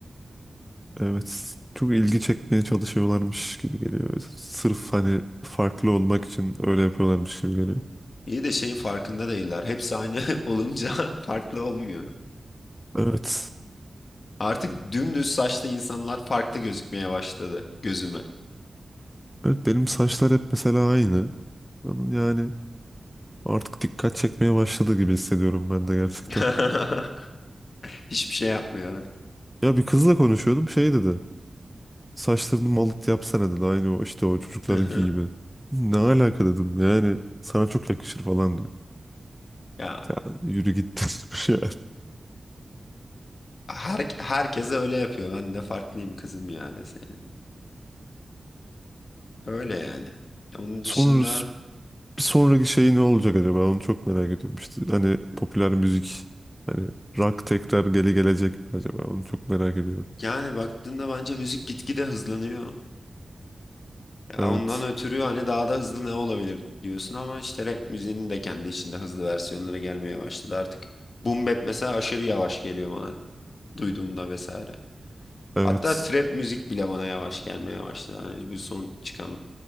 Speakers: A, in the centre; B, on the left.
A: Evet. Çok ilgi çekmeye çalışıyorlarmış gibi geliyor. Sırf hani farklı olmak için öyle yapıyorlarmış gibi geliyor.
B: İyi de şeyin farkında değiller. Hepsi aynı <laughs> olunca <laughs> farklı olmuyor.
A: Evet.
B: Artık dümdüz saçlı insanlar farklı gözükmeye başladı gözüme.
A: Evet benim saçlar hep mesela aynı. Ama yani artık dikkat çekmeye başladı gibi hissediyorum ben de gerçekten.
B: <laughs> Hiçbir şey yapmıyor
A: Ya bir kızla konuşuyordum şey dedi. Saçlarını malıt yapsana dedi. Aynı o işte o çocuklarınki
B: Hı hı.
A: gibi. Ne alaka dedim yani sana çok yakışır falan diyor.
B: Ya
A: Ya yürü git <laughs> dedim yani.
B: her, herkes öyle yapıyor. Ben de farklıyım kızım ya deseydin. Öyle yani. Onun
A: Sonra
B: dışında
A: bir sonraki şey ne olacak acaba onu çok merak ediyorum. İşte hani popüler müzik hani rock tekrar geri gelecek mi acaba onu çok merak ediyorum.
B: yani baktığında bence müzik gitgide hızlanıyor. Ya
A: Evet
B: ondan ötürü hani daha da hızlı ne olabilir diyorsun ama işte rap müziğinin de kendi içinde hızlı versiyonlara gelmeye başladı artık. Boom bap mesela aşırı yavaş geliyor bana duyduğumda vesaire.
A: evet
B: Hatta trap müzik bile bana yavaş gelmeye başladı. Hani bu son çıkan